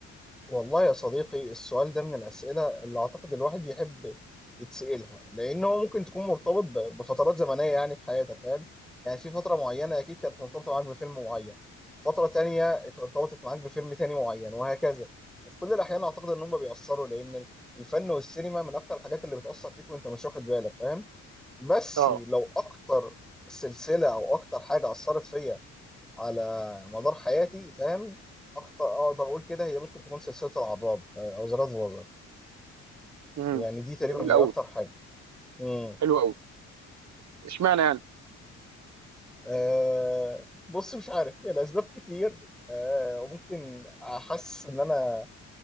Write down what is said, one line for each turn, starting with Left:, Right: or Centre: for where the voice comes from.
Centre: والله يا صديقي السؤال ده من الأسئلة اللي أعتقد الواحد يحب يتسألها لأن هو ممكن تكون مرتبط ب- بفترات زمنية يعني في حياتك فاهم يعني في فترة معينة أكيد كانت مرتبطة معاك بفيلم معين فترة تانية ارتبطت معاك بفيلم تاني معين وهكذا وفي كل الأحيان أعتقد إن هم بيأثروا لأن الفن والسينما من أكتر الحاجات اللي بتأثر فيك وأنت مش واخد بالك فاهم بس
Right: اه
Centre: لو أكتر سلسلة أو أكتر حاجة أثرت فيا على مدار حياتي فاهم اكتر اقدر اقول كده هي ممكن تكون سلسله العراب آه، او زراد فازر
Right: امم
Centre: يعني دي تقريبا
Right: جميل
Centre: هي
Right: قوي
Centre: اكتر حاجه امم
Right: حلو قوي اشمعنى يعني؟
Centre: أه بص مش عارف هي الاسباب كتير أه وممكن احس ان انا